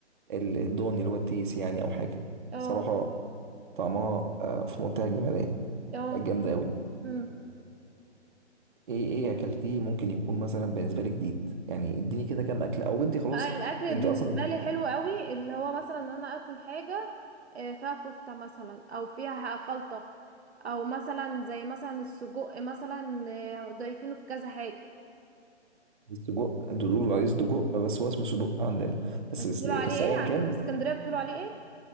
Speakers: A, on the right (about 45°); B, on the right (about 65°).
A: ال- الضاني اللي هو التيس يعني أو حاجة
B: اه
A: صراحة طعمها آه، في منتهى الجمدان
B: اه
A: جامدة أوي
B: امم
A: إيه إيه أكلتيه ممكن يكون مثلا بالنسبة لي جديد يعني إديني كده كام أكلة أو أنت خلاص
B: آه، الاكل
A: أنت
B: بالنسبه
A: أصلا
B: لي حلو قوي اللي هو مثلا ان انا اكل حاجه آه، فيها كفته مثلا او فيها خلطه او مثلا زي مثلا السجق مثلا آه، ضايفينه في كذا حاجه
A: السجق أنتوا بتقولوا عليه سجق بس هو اسمه سجق عندنا بس
B: انتوا
A: الس-
B: بتقولوا
A: بس
B: عليه ايه
A: أيا
B: عندكم
A: كان
B: في اسكندريه بتقولوا عليه ايه